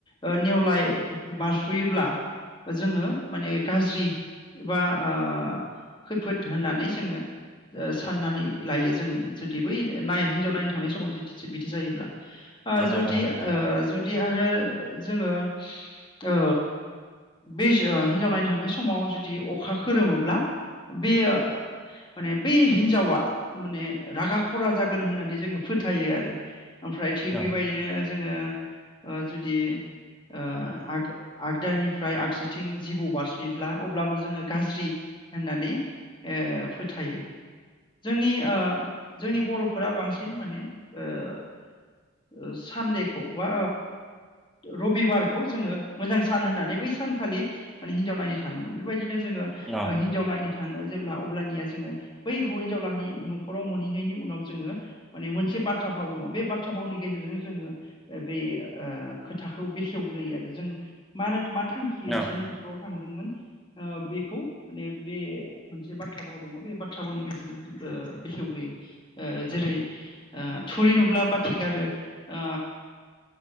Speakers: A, on the left; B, in the centre.
A: ओ नेवलाय बारस'योब्ला जोङो माने गाज्रि एबा ओ खैफोद होनानै जोङो ओ साननानै लायो जों जुदि बै नाय हिजाव नायनो थांनाय समाव जि बिदि जायोब्ला। आ
B: औ
A: जुदि
B: नंगौ नंगौ नोंथां
A: ओ जुदि आरो जोङो ओ बे हिनजाव नायनो थांनाय समाव जुदि अखा खोरोमोब्ला बेयो माने बै हिन्जावा माने रागा खरा जागोन होननानै जोङो फोथायो आरो ओमफ्राय थिग
B: औ
A: बेबायदिनो जोङो ओ जुदि ओ आग आगदानिफ्राय आगसि बिथिं जिबौ बारसिब्ला अब्लाबो जोङो गाज्रि होननानै ओ फोथायो जोंनि ओ जोंनि बर'फोरा बांसिन माने ओ सानदेखौ बा रबिबारखौ जोङो मोजां सान होननानै बै सानखालि माने हिनजाव नायनो थाङोमोन बेबायदिनो जोङो
B: औ
A: हिनजाव नायनो थाङो। जेब्ला अब्लानिया जोङो बै हौ हिनजावलाहानि न'खराव मोनहैनायनि उनाव जोङो माने मोनसे बाथ्रा भाव दङ बे बाथ्रा भावनि गेजेरजों जोङो बे ओ खोथाखौ बेखेवग्रोयो आरो जों मा होनो मा थांखि बिसोरनि
B: औ
A: न'खराव थांदोंमोन। ओ बिखौ माने बे मोनसे बाथ्रा भाव दङ बे बाथ्रा भावनि गेजेरजों ओ बेखेवग्रोयो ओ जेरै ओ थुरि नुब्ला बाथि गारो ओ